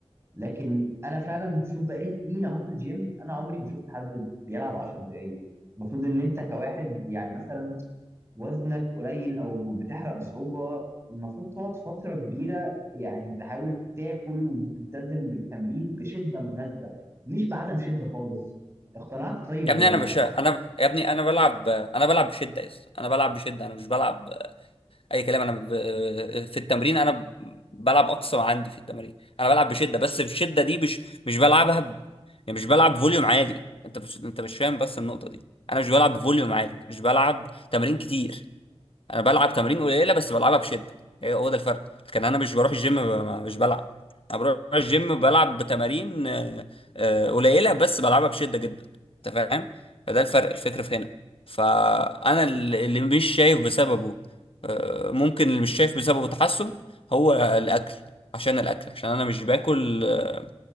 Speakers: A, on the right; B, on the left.
A: لكن انا فعلا شوف بقالي سنين اهو في الجيم انا عمري ما شفت حد بيلعب 10 دقائق المفروض ان انت كواحد يعني مثلا وزنك قليل او بتحرق بصعوبه المفروض تقعد فتره كبيره يعني تحاول تاكل وتلتزم بالتمرين بشده مناسبه مش بعدم شده خالص اقتنعت طيب
B: ابني
A: ولا لا
B: انا بش انا ب... يا ابني انا بلعب انا بلعب بشده يا اسطى انا بلعب بشده انا مش بلعب اي كلام انا ب... في التمرين انا ب... بلعب اقصى ما عندي في التمرين انا بلعب بشده بس الشده دي مش مش بلعبها ب... يعني مش بلعب فوليوم عالي انت مش انت مش فاهم بس النقطه دي انا مش بلعب بفوليوم عالي مش بلعب تمارين كتير انا بلعب تمارين قليله بس بلعبها بشده هي هو ده الفرق لكن انا مش بروح الجيم ب- ب- مش بلعب انا بروح الجيم بلعب بتمارين آه، آه، قليله بس بلعبها بشده جدا انت فاهم فده الفرق الفكر في هنا فانا ال- اللي مش شايف بسببه آه، ممكن اللي مش شايف بسببه تحسن هو الاكل عشان الاكل عشان انا مش باكل آه،